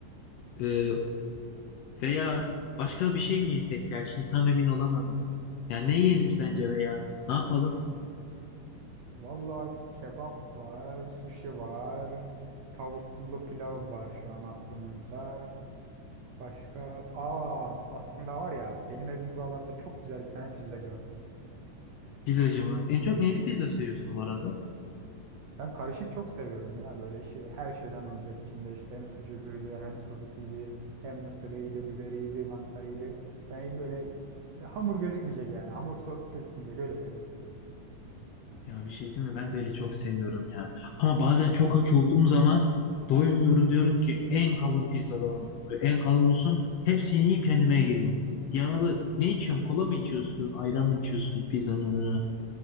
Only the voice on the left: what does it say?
Ee, Veya başka bir şey mi yesek ya? Şimdi tam emin olamadım. Ya ne yiyelim sence veya ne yapalım?
Pizzacı mı? En çok neyli pizza seviyorsun bu arada?
Ya bir şey değil mi? Ben de öyle çok seviyorum ya. Ama bazen çok aç olduğum zaman doymuyorum diyorum ki en kalın pizzadan olsun. Böyle en kalın olsun. Hepsini yiyeyim kendime geleyim. Yanına da ne içiyorsun? Kola mı içiyorsun? Ayran mı içiyorsun pizzanın yanına?